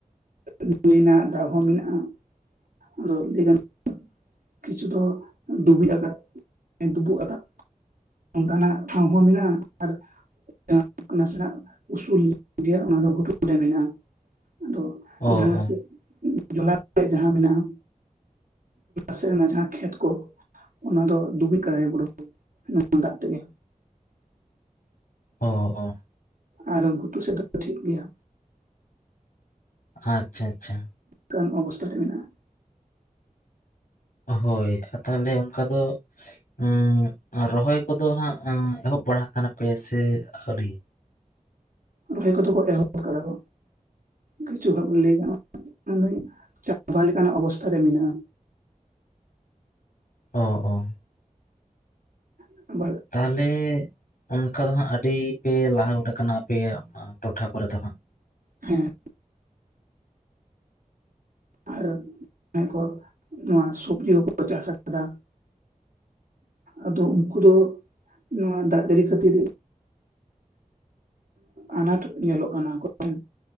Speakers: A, on the right; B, on the left.
A: <unintelligible> ᱨᱮᱱᱟᱜ ᱫᱟᱜ ᱦᱚᱸ ᱢᱮᱱᱟᱜᱼᱟ᱾ ᱟᱫᱚ ᱟᱹᱰᱤ ᱜᱟᱱ ᱠᱤᱪᱷᱩ ᱫᱚ ᱰᱩᱵᱩᱡ ᱟᱠᱟᱫ ᱰᱩᱵᱩᱡ ᱟᱠᱟᱫ ᱚᱱᱠᱟᱱᱟᱜ ᱴᱷᱟᱶ ᱦᱚᱸ ᱢᱮᱱᱟᱜᱼᱟ᱾ ᱟᱨ ᱡᱟᱦᱟᱸ ᱱᱟᱥᱮᱱᱟᱜ ᱩᱥᱩᱞ ᱱᱚᱜ ᱜᱮᱭᱟ ᱚᱱᱟ ᱫᱚ ᱜᱷᱩᱴᱩ ᱨᱮ ᱢᱮᱱᱟᱜᱼᱟ᱾ ᱟᱫᱚ
B: ᱚ
A: ᱡᱟᱦᱟᱸ
B: ᱚ
A: ᱥᱮᱫ ᱡᱚᱞᱟ ᱥᱮ ᱡᱟᱦᱟᱸ ᱢᱮᱱᱟᱜᱼᱟ ᱥᱮᱫ ᱨᱮᱱᱟᱜ ᱡᱟᱦᱟᱸ ᱠᱷᱮᱛ ᱠᱚ ᱚᱱᱟ ᱫᱚ ᱫᱩᱵᱤ ᱠᱩᱵᱩᱡ ᱠᱟᱜᱼᱟᱭ ᱯᱩᱨᱟ. ᱱᱚᱣᱟ ᱫᱟᱜ ᱛᱮᱜᱮ᱾
B: ᱚ ᱚ᱾
A: ᱟᱨ ᱜᱷᱩᱴᱩ ᱥᱮᱫ ᱫᱚ ᱴᱷᱤᱠ ᱜᱮᱭᱟ᱾
B: ᱟᱪᱪᱷᱟ ᱪᱷᱟ ᱪᱷᱟ᱾
A: ᱚᱱᱠᱟᱱ ᱚᱵᱚᱥᱛᱟ ᱨᱮ ᱢᱮᱱᱟᱜᱼᱟ᱾
B: ᱦᱚᱭ ᱛᱟᱦᱚᱞᱮ ᱚᱱᱠᱟ ᱫᱚ ᱩᱸ ᱨᱚᱦᱚᱭ ᱠᱚᱫᱚ ᱦᱟᱸᱜ ᱮᱦᱚᱵ ᱵᱟᱲᱟ ᱠᱟᱱᱟᱯᱮ ᱥᱮ ᱟᱣᱨᱤ?
A: ᱨᱚᱦᱚᱭ ᱠᱚᱫᱚ ᱠᱚ ᱮᱦᱚᱵ ᱠᱟᱫᱟ ᱠᱚ᱾ ᱠᱤᱪᱷᱩ ᱦᱚᱲᱟᱜ ᱞᱟᱹᱭ ᱜᱟᱱᱚᱜᱼᱟ ᱪᱟᱵᱟ ᱞᱮᱠᱟᱱᱟᱜ ᱚᱵᱚᱥᱛᱟ ᱨᱮ ᱢᱮᱱᱟᱜᱼᱟ᱾
B: ᱚ ᱚ᱾
A: <unintelligible>
B: ᱛᱟᱦᱚᱞᱮ ᱚᱱᱠᱟ ᱫᱚ ᱦᱟᱸᱜ ᱟᱹᱰᱤ ᱯᱮ ᱞᱟᱦᱟ ᱜᱚᱫ ᱟᱠᱟᱱᱟ ᱟᱯᱮᱭᱟᱜ ᱴᱚᱴᱷᱟ ᱠᱚᱨᱮᱫ ᱫᱚ ᱦᱟᱸᱜ᱾
A: ᱦᱮᱸ᱾ ᱟᱨ ᱡᱟᱦᱟᱸᱭ ᱠᱚ ᱱᱚᱣᱟ ᱥᱚᱵᱡᱤ ᱠᱚᱠᱚ ᱪᱟᱥ ᱟᱠᱟᱫᱟ ᱟᱫᱚ ᱩᱱᱠᱩ ᱫᱚ ᱱᱚᱣᱟ ᱫᱟᱜ ᱡᱟᱹᱲᱤ ᱠᱷᱟᱹᱛᱤᱨ ᱟᱱᱟᱴ ᱧᱮᱞᱚᱜ ᱠᱟᱱᱟ ᱟᱠᱚᱴᱷᱮᱱ᱾